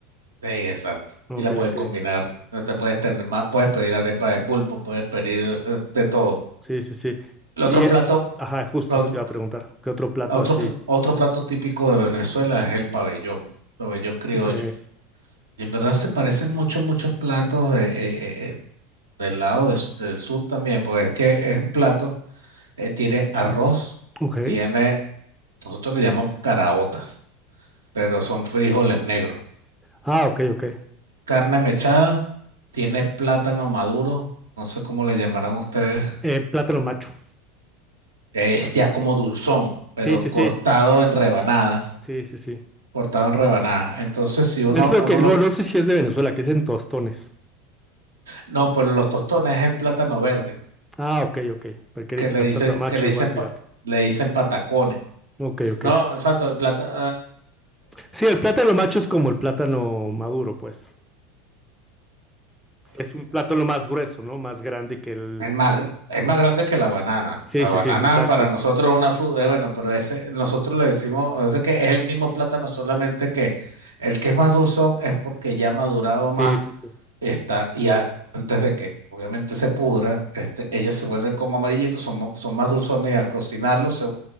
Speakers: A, on the right; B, in the centre.
A: Sí, exacto.
B: Ok,
A: Y la puedes
B: ok.
A: combinar. No te puedes tener más, puedes pedir arepa de pulpo, puedes pedir <laughs> eh, de todo.
B: Sí, sí, sí.
A: El
B: Y,
A: otro
B: eh,
A: plato,
B: ajá, justo
A: otro,
B: eso te iba a preguntar, ¿qué otro plato
A: otro
B: así?
A: pla- otro plato típico de Venezuela es el pabellón, pabellón criollo.
B: Ok,
A: Y en verdad se parecen mucho, muchos platos de, eh, eh, eh, del lado de- s- del sur también, porque es que es un plato eh, tiene arroz,
B: ok.
A: tiene, nosotros le llamamos caraotas, pero son frijoles negros.
B: Ah, ok, ok.
A: Carne mechada, tiene plátano maduro, no sé cómo le llamarán ustedes,
B: Eh, plátano macho.
A: es ya como dulzón, pero
B: Sí, sí,
A: cortado
B: sí.
A: en rebanadas,
B: Sí, sí, sí.
A: cortado en rebanadas. Entonces, si uno,
B: Es lo
A: uno
B: que,
A: lo,
B: no, no sé si es de Venezuela, que es en tostones.
A: no, pero los tostones es el plátano verde,
B: Ah, ok, ok. Pero quería
A: que
B: que
A: le
B: era
A: dicen,
B: plátano macho
A: que le
B: igual,
A: dicen,
B: fíjate.
A: pa- le dicen patacones.
B: Ok, ok.
A: No, exacto, el plátano,
B: Sí, el plátano macho es como el plátano maduro, pues. Es un plátano más grueso, ¿no? Más grande que el...
A: Es más, es más grande que la banana.
B: Sí,
A: La
B: sí,
A: banana
B: sí, exacto.
A: para nosotros es una fruta, bueno, pero ese, nosotros le decimos, ese que es el mismo plátano, solamente que el que es más dulzón es porque ya ha madurado más,
B: Sí, sí, sí.
A: está, y a- antes de que obviamente se pudra, este, ellos se vuelven como amarillitos, son, mo- son más dulzones y al cocinarlos se,